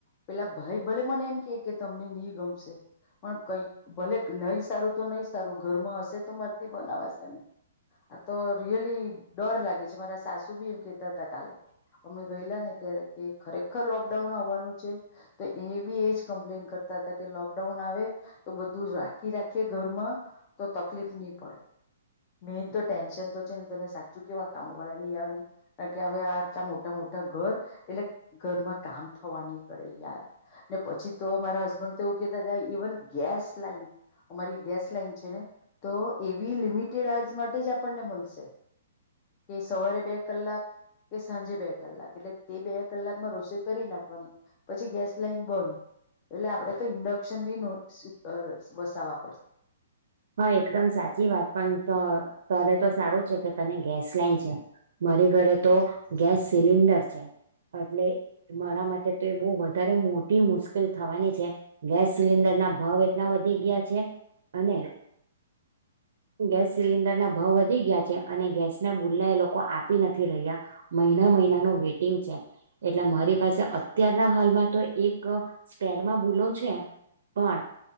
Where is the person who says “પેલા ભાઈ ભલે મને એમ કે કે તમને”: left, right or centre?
Left